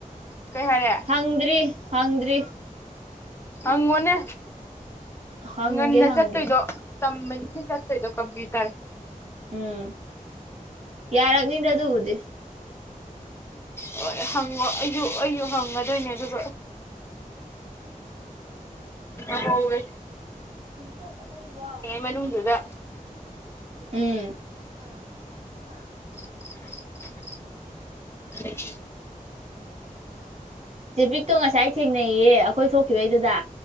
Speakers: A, on the left; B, on the right.
A: ꯀꯩ ꯍꯥꯏꯔꯦ
B: ꯍꯪꯗ꯭ꯔꯤ ꯍꯪꯗ꯭ꯔꯤ
A: ꯍꯪꯉꯣꯅꯦ
B: ꯍꯪꯒꯦ
A: ꯉꯟꯅ
B: ꯍꯪꯒꯦ
A: ꯆꯠꯇꯣꯏꯗꯣ ꯇꯝꯕꯗꯤ ꯁꯨꯡꯆꯠ ꯆꯠꯇꯣꯏꯗꯣ ꯀꯝꯄ꯭ꯌꯇꯔ
B: ꯎꯝ ꯌꯥꯔꯒꯅꯤꯗꯣ ꯑꯗꯨ ꯍꯒꯗꯤꯦ
A: ꯍ ꯍꯪꯉꯣ ꯑꯌꯨ ꯑꯌꯨꯛ ꯍꯪꯉꯗꯣꯏꯅꯦ ꯑꯗꯨꯒ ꯑ ꯍꯒ
B: ꯎꯝ
A: ꯃꯅꯨꯡꯗꯨꯗ
B: ꯍ ꯍ
A: <unintelligible> ꯑ
B: ꯇ꯭ꯔꯦꯐꯤꯛꯇꯣ ꯉꯁꯥꯏ ꯊꯦꯡꯅꯩꯌꯦ ꯑꯩꯈꯣꯏ ꯊꯣꯛꯈꯤꯕꯩꯗꯨꯗ